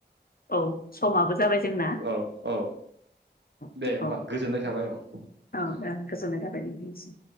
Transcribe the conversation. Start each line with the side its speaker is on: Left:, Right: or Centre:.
Left: औ समाबो जाबाय जोंना
Right: औ औ
Left: औ
Right: दे होमबा
Left: औ
Right: गोजोननाय थाबाय औ उम
Left: ओं गोजोननाय थाबाय नों निसिम।